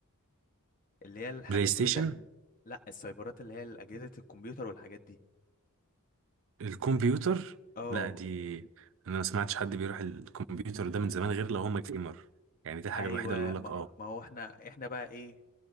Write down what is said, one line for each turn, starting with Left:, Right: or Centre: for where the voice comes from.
Left: اللي هي الحاجات
Right: بلاي ستيشن
Left: بتاع لا السايبرات اللي هي اجهزه الكمبيوتر والحاجات دي
Right: الكمبيوتر
Left: اه
Right: لا دي انا ما سمعتش حد بيروح الكمبيوتر ده من زمان غير لو هم جيمر يعني دي الحاجه
Left: ايوه
Right: الوحيده اللي اقول
Left: ما,
Right: لك اه
Left: ما هو احنا احنا بقى ايه